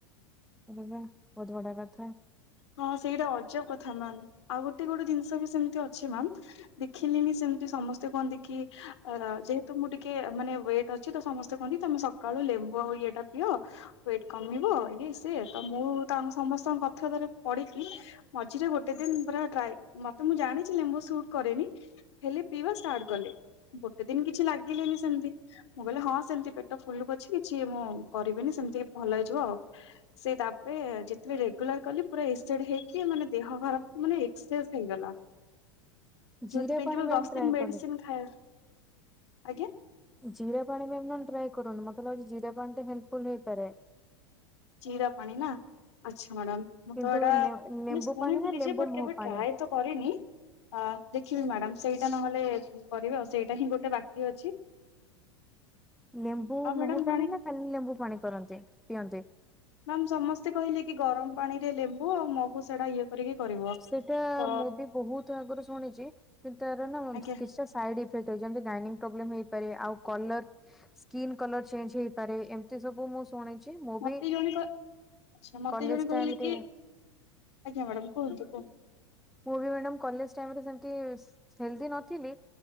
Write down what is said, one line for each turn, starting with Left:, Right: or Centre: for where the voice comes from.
Centre: ହଉ ହେଲା ବହୁତ ବଢିଆ କଥା।
Left: ହଁ ସେଇଟା ଅଜବ କଥା ମାମ୍ ଆଉ ଗୋଟେ ଗୋଟେ ଜିନିଷ ବି ସେମତି ଅଛି ମାମ୍ ଦେଖିଲିନି ସେମିତି ସମସ୍ତେ କୁହନ୍ତି କି ଅ ଯେହେତୁ ମୁଁ ଟିକେ ମାନେ ୱେଟ ଅ ଅଛି ତ ସମସ୍ତେ କହନ୍ତି ତମେ ସକାଳୁ ଲେମ୍ବୁ ଆଉ ଇଏଟା ପିଅ ୱେଟ୍ କମିବ ଇଏ ସିଏ ତ ମୁଁ ତାଙ୍କୁ ସମସ୍ତଙ୍କ କଥାରେ ପଡିକି ମଝିରେ ଗୋଟେ ଦିନ ପୁରା ଟ୍ରାଏ ମତେ ମୁଁ ଜାଣିଛିି ମୁଁ ଲେମ୍ବୁ ସୁଟ କରେନି। ହେଲେ ପିଇବା ଷ୍ଟାର୍ଟ କଲେ ଗୋଟେ ଦିନ କିଛି ଲାଗିଲେନି ସେମିତି। ମୁଁ କହିଲି ହଁ ସେମିତି ପେଟ ଫୁଲୁ ପଛକେ କିଛି ମୁଁ କରିବିନି ସେମିତି ଭଲ ହେଇଯିବ ଆଉ। ସେ ତାପରେ ଯେ ତେଳେ ରେଗୁଲାର କଲି ପୁରା ଏକ୍ଟେଡ ହେଇକି ମାନେ ଦେହ ଖରାପ୍ ମାନେ ପୂରା ଏକ୍ସେସ ହେଇଗଲା।
Centre: ଜିରା
Left: ଯୋଉଥିପାଇଁ
Centre: ପାଣି
Left: କି
Centre: ମ୍ୟାମ୍
Left: ଦଶ
Centre: ଟ୍ରାଏ
Left: ଦିନ ମେଡିସିନ
Centre: କଲେ
Left: ଖାଇ ଆଜ୍ଞା।
Centre: ଜିରା ପାଣି ବି ଆପଣ ଟ୍ରାଏ କରନ୍ତୁ ମତେ ଲାଗୁଛି ଜିରା ପାଣି ଟା ହେଲ୍ପଫୁଲ ହେଇପାରେ।
Left: ଜିରା ପାଣି ନା ଆଚ୍ଛା ମ୍ୟାଡାମ ମୁଁ
Centre: କିନ୍ତୁ
Left: ତ ଏଟା
Centre: ନେ ଲେମ୍ବୁ
Left: ଶୁଣିଥିଲି
Centre: ପାଣି ନା ଲେମ୍ବୁ
Left: ଯେ ବଟ୍
Centre: ମହୁ
Left: କେବେ
Centre: ପାଣି
Left: ଟ୍ରାଏ ତ କରିନି। ଅ ଦେଖିବେ ମ୍ୟାଡ଼ାମ ସେଇଟା ନହେଲେ କରିବେ ଆଉ ସେଇଟା ହିଁ ଗୋଟେ ବାକି ଅଛି।
Centre: ଲେମ୍ବୁ
Left: ଆଉ ମ୍ୟାଡାମ
Centre: ମହୁ ପାଣି
Left: ଜାଣି
Centre: ନା ଖାଲି ଲେମ୍ବୁ ପାଣି କରନ୍ତି ପିଅନ୍ତିନି।
Left: ମାମ ସମସ୍ତେ କହିଲେ କି ଗରମ ପାଣି ରେ ଲେମ୍ବୁ ଆଉ ମହୁ ସେଟା ଇଏ ଏତିକି କରିବ।
Centre: ସେଇଟା
Left: ତ
Centre: ମୁଁ ବି ବହୁତ ଆଗରୁ ଶୁଣିଛି କିନ୍ତୁ ତାର ନା
Left: ଆଜ୍ଞା
Centre: କିଛିଟା ସାଇଡ ଇ ସେଇଟା ଯେମିତି ଗାଇନିଂ ପ୍ରୋବଲେମ୍ ହେଇପାରେ ଆଉ କଲର ସ୍କିନ୍ କଲର ଚେଞ୍ଜ ହେଇପାରେ ଏମିତି ସବୁ ମୁ ଶୁଣିଛି ମୁଁ
Left: ମତେ
Centre: ବି
Left: ଜଣେ କ ଆଚ୍ଛା ମତେ
Centre: କଲେଜ
Left: ଜଣେ କହିଲେ
Centre: ଟାଇମରେ
Left: କି ଆଜ୍ଞା ମାଡ଼ାମ କୁହନ୍ତୁ କୁହ।
Centre: ମୁଁ ବି ମ୍ୟାଡ଼ମ୍ କଲେଜ ଟାଇମ୍ ରେ ସେମତି ହେଲଦି ନଥିଲି